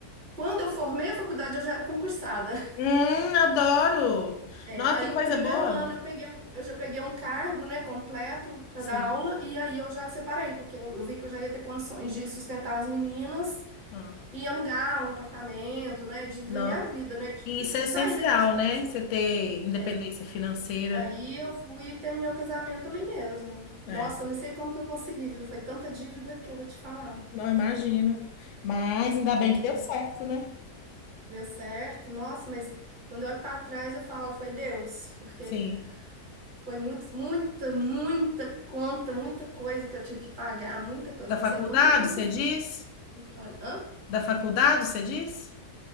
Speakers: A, on the right; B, on the left.
A: quando eu formei a faculdade, eu já era concursada. <laughs>
B: Hum, adoro.
A: É,
B: Nossa,
A: aí,
B: que coisa
A: o primeiro
B: boa.
A: ano, eu peguei, um- eu já peguei um cargo, né, completo para
B: Sim.
A: dar aula, e aí eu já separei, porque eu, eu vi que eu já ia ter condições de sustentar as meninas
B: Ah,
A: e alugar um apartamento, né, de viver
B: nó.
A: minha vida, né, de,
B: E isso
A: de
B: é essencial,
A: sair daquela situação.
B: né? Você ter independência
A: É.
B: financeira.
A: Aí eu fui e terminei o casamento ali mesmo.
B: É,
A: Nossa, eu não sei como que eu consegui, viu? Foi tanta dívida que eu vou te falar.
B: não imagino. Mas ainda bem
A: É,
B: que
A: foi
B: deu certo, né?
A: Deu certo, nossa, mas quando eu olho para trás eu falo, foi Deus, porque
B: Sim.
A: foi muito, muita, muita conta, muita coisa que eu tive que pagar, muita coisa,
B: Da
A: não
B: faculdade,
A: sei como que eu consegui.
B: você diz?
A: A gente olha, hã?
B: Da faculdade, você diz?